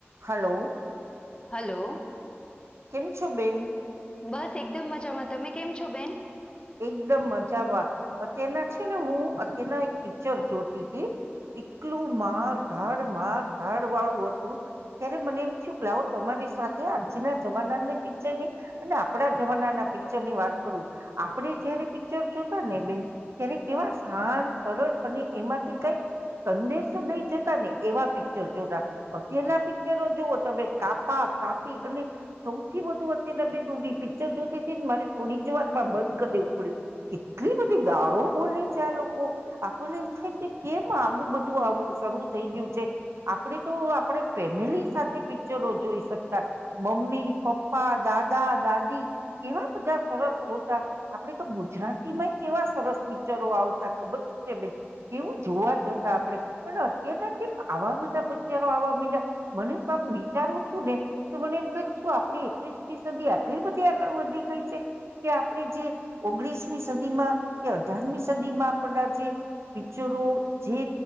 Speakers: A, on the right; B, on the left.
A: હલો
B: હલો
A: કેમ છો બેન
B: બસ એકદમ મજામાં તમે કેમ છો બેન
A: એકદમ મજામાં અત્યારના છે ને હું અત્યારના એક પિક્ચર જોતી હતી એકટલું માર ઘાડ માર ગાડ વાળું હતું ત્યારે મને એમ થયું કે લાવો તમારી સાથે આજના જમાનાની પિક્ચરની અને આપડા જમાનાના પિક્ચર ની વાત કરું આપણે જયારે પિક્ચર જોતા ને બેન ત્યારે કેવા શાંત સરળ અને એમાંથી કઈક સંદેશો લઈ જતા ને એવા પિક્ચર જોતા અત્યારના પિક્ચરો જુઓ તમે કાપા કાપી અને સૌથી વધુ અત્યારના બેની પિક્ચર જોતી હતી ને મારે થોડી જ વાર ડ કેટલી બધી ગાળો બોલે છે આ લોકો આપણને એમ છે કે કેમ આવું બધું આવું શરૂ થઈ ગયું છે આપણે તો આપણે ફેમિલી સાથે પિક્ચરો જોઈ શકતા મમ્મી પપ્પા દાદા દાદી કેવા બધા સરસ જોતા આપ તો ગુજરાતીમાં કેવા સરસ પિક્ચરો આવતા ખબર ને બેન કેવું જોવા જતા આપણે અને અત્યારના કે આવા બધા પિક્ચરો આવવા માં્યા મને પણ વિચારું છું ને તો મને એમ કું આપ એકવીસથી સદી આટલી બધી આગળ વધી ગઈ છે કે આપણે જે ઓગણીસમી સદીમાં કે અઢારમી સદી માં આપણના જે પિક્ચરો જે